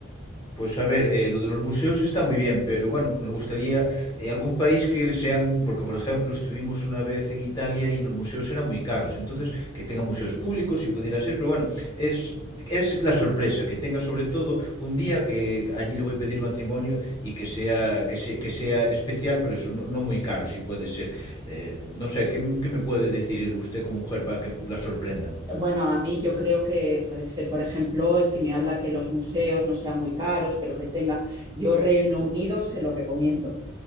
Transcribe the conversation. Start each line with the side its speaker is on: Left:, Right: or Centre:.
Left: Pues a ver, eh, lo de los museos está muy bien, pero bueno, nos gustaría eh, algún país que sean, porque por ejemplo estuvimos una vez en Italia y los museos eran muy caros, entonces que tenga museos públicos si pudiera ser, pero bueno, es, es la sorpresa, que tenga sobre todo un día que allí le voy a pedir matrimonio y que sea, que se- que sea especial, pero eso, no, no muy caro si puede ser. Eh, no sé, ¿qué, qué me puede decir usted como mujer para que la sorprendan?
Right: Bueno, a mí yo creo que puede ser, por ejemplo, si me habla que los museos no sean muy caros, pero que tenga, yo Reino Unido se lo recomiendo